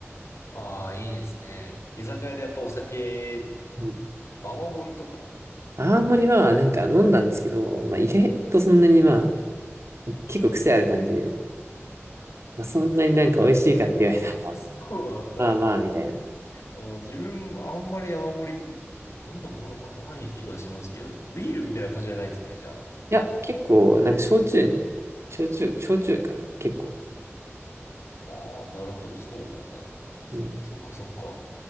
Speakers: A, on the left; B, on the right.
A: ああ、いいですね。居酒屋でやっぱお酒、
B: うん
A: 泡盛とか。
B: 青森は、なんか飲んだんですけど、まあ、意外とそんなにまあ、結構癖ある感じで、まあ、そんなになんか美味しいかって言われたら、
A: そうなんだ。
B: <laughs> まあまあ、みたいな。い
A: あの、自分、あんまり泡盛飲んだことあるのかなない気がしますけど、ビールみたいな感じじゃないんですかね、じゃあ。あれ
B: や、結構、なんか焼酎焼酎、焼酎かな結構。
A: ああ、なるほど、そうなんだ。
B: うん。
A: そっかそっか。